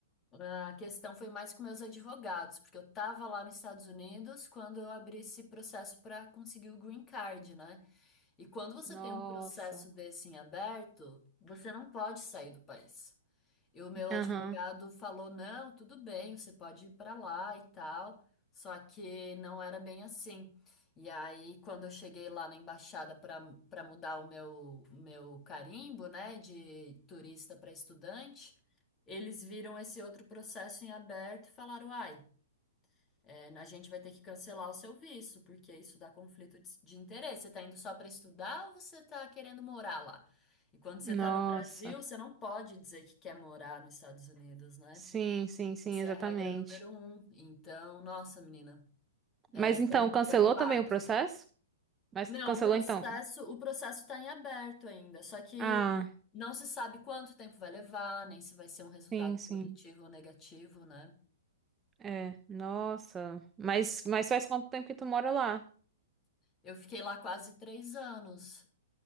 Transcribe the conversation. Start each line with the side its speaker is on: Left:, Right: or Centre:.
Left: A questão foi mais com meus advogados, porque eu estava lá nos Estados Unidos quando eu abri esse processo para conseguir o green card, né? E quando você
Right: nossa.
Left: tem um processo desse em aberto, você não pode sair do país. E o meu advogado
Right: Aham.
Left: falou: não, tudo bem, você pode ir para lá e tal. Só que não era bem assim. E aí, quando eu cheguei lá na embaixada para para mudar o meu, meu carimbo, né, de turista para estudante, eles viram esse outro processo em aberto e falaram: ai. É, A gente vai ter que cancelar o seu visto, porque isso dá conflito de, de interesse. Você está indo só para estudar ou você está querendo morar lá? E quando você
Right: Nossa.
Left: está no Brasil, você não pode dizer que quer morar nos Estados Unidos, né?
Right: Sim, sim, sim,
Left: Essa
Right: exatamente.
Left: é a regra número um. Então, nossa, menina, é,
Right: Mas
Left: foi
Right: então
Left: um,
Right: cancelou
Left: foi um baque.
Right: também o processo? Mas
Left: Não,
Right: cancelou
Left: o processo,
Right: então?
Left: o processo está em aberto ainda, só que
Right: Ah,
Left: não se sabe quanto tempo vai levar, nem se vai ser um resultado
Right: sim, sim.
Left: positivo ou negativo, né?
Right: É, nossa. Mas, mas faz quanto tempo que tu mora lá?
Left: Eu fiquei lá quase três anos.